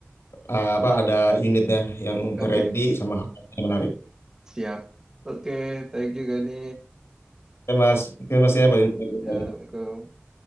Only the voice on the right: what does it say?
Oke,
siap. Oke, thank you Gani.
Ya, ya,
Assalamualaikum.